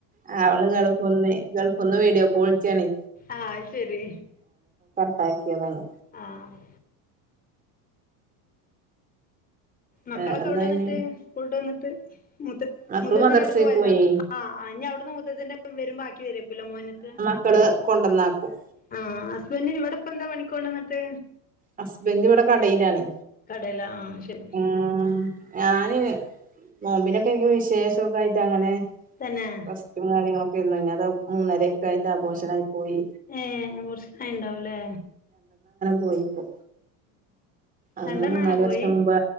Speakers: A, on the right; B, on the left.
A: ആ അവള് ഗൾഫിന്ന് ഗൾഫിന്ന് വീഡിയോ കോള്ച്ചെയാണെ
B: ആഹ് അയ് ശരി
A: അക്കിയതാണ്
B: ആഹ് മക്കളൊക്കെ
A: വേറെന്താ
B: എവിടെ
A: പിന്നെ
B: യെന്നിട്ട് സ്കൂൾട്ട് വന്നിട്ട് മുത്ത്
A: മക്കള്
B: മുതച്ചന്റെ
A: മദ്രസേക്ക്
B: അവിടുക്ക് പോയതാ
A: പോയി
B: ആഹ് ഇനി അവിടുന്ന് മുത്തച്ഛന്റെ പ്പം വരും ബാക്കി ഇരിക്കൂല്ല മോന് ത്ത്
A: ക്കള് കൊണ്ടന്നാക്കും
B: ആഹ് ഹസ്ബന്റ് ഇവിടെ ഇപ്പം എന്താ പണിക്കോണ്ട്ന്നിട്ട്
A: ഹസ്ബന്റ് ഇവിടെ കടയിലാണെ
B: കടേല ആ ശരി
A: ആ ഞാന് നോമ്പിനൊക്കെ എനിക്ക് വിശേഷം ഒകെ ആയിട്ട് ആണ്
B: തന്നെയാ
A: റസ്റ്റ് കാര്യങ്ങളൊക്കെ ആരുന്നു ഇന്ന് മൂന്നരയൊക്കെ ആയിട്ട് അപോഷനായി പോയി
B: ഏഹ് അത് ണ്ടാവൂലെ
A: പോയിപ്പോ ആഹ്
B: രണ്ടെണ്ണം
A: മൂന്നാല്
B: അങ്ങനെ പോയി
A: വർഷം മുമ്പ്